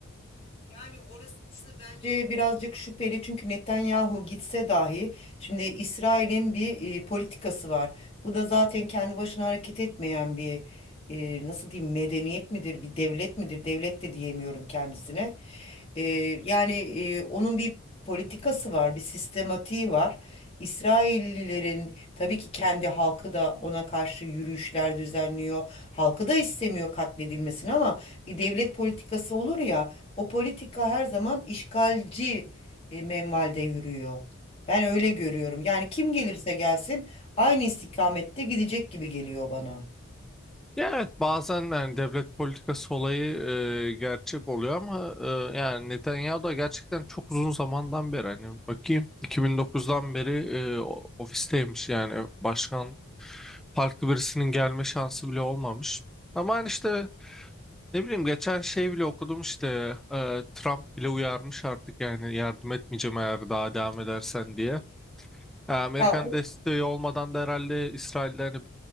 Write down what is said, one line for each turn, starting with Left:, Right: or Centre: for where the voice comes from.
Left: Yani orası bence birazcık şüpheli çünkü Netanyahu gitse dahi şimdi İsrail'in bir e, politikası var. Bu da zaten kendi başına hareket etmeyen bir e, nasıl diyeyim medeniyet midir bir devlet midir devlet de diyemiyorum kendisine. E, yani e, onun bir politikası var, bir sistematiği var. İsraillilerin tabii ki kendi halkı da ona karşı yürüyüşler düzenliyor. Halkı da istemiyor katledilmesini ama bir devlet politikası olur ya, o politika her zaman işgalci e, menvalde yürüyor. Ben öyle görüyorum. Yani kim gelirse gelsin aynı istikamette gidecek gibi geliyor bana.
Centre: Ya evet bazen yani devlet politikası olayı e, gerçek oluyor ama e, yani Netanyahu da gerçekten çok uzun zamandan beri hani bakayım 2009'dan beri e, o- ofisteymiş yani başkan farklı birisinin gelme şansı bile olmamış. Ama hani işte ne bileyim geçen şey bile okudum işte e, Trump bile uyarmış artık yani yardım etmeyeceğim eğer daha devam edersen diye. E, Amerikan
Left: Ya
Centre: desteği olmadan da herhalde İsrail'de hani